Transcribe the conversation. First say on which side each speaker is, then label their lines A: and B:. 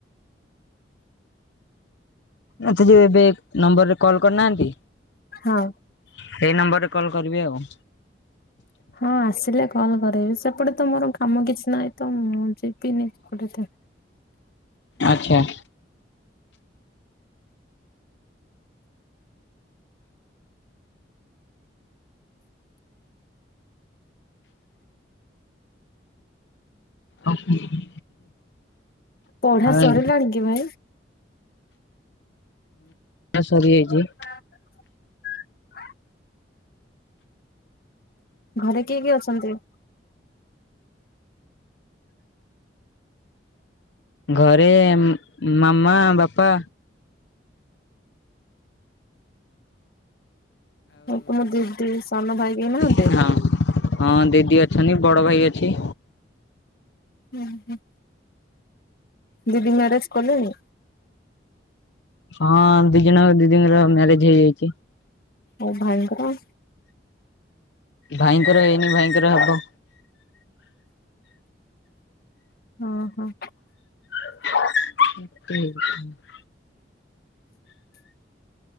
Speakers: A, on the left; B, on the left.
A: ଆଚ୍ଛା ଯୋଉ ଏବେ ନମ୍ବର ରେ କଲ କରିନାହାନ୍ତି
B: ହଁ।
A: ସେଇ ନମ୍ବର ରେ କଲ୍ କରିବେ ଆଉ।
B: ହଁ ଆସିଲେ କଲ୍ କରିବି ସେପଟେ ତ ମୋର କାମ କିଛି ନାହିଁ ତ ମୁଁ ଯିବିନି ସେପଟେ ଏତେ।
A: ଆଚ୍ଛା। ଆ <inaudible>
B: ପଢା ସରିଲାଣି
A: ଏ
B: କି ଭାଇ?
A: ପଢ଼ା ସରିଯାଇଚି।
B: <inaudible> ଘରେ କିଏ କିଏ ଅଛନ୍ତି?
A: ଘରେ ମାମା ବାପା।
B: ଆଉ ତୁମ ଦିଦି ସାନ ଭାଇ କେହି ନାହାନ୍ତି?
A: ହଁ ହଁ ଦିଦି ଅଛନ୍ତି ବଡ ଭାଇ ଅଛି।
B: ହୁଁ ହୁଁ। ଦିଦି ମ୍ୟାରେଜ କଲେଣି?
A: ହଁ ଦି ଜଣ ଦିଦିଙ୍କର ମ୍ୟାରେଜ ହେଇଯାଇଚି।
B: ଆଉ ଭାଇଙ୍କର?
A: ଭାଇଙ୍କର ହେଇନି ଭାଇଙ୍କର ହବ।
B: ଓହୋ।
A: <inaudible>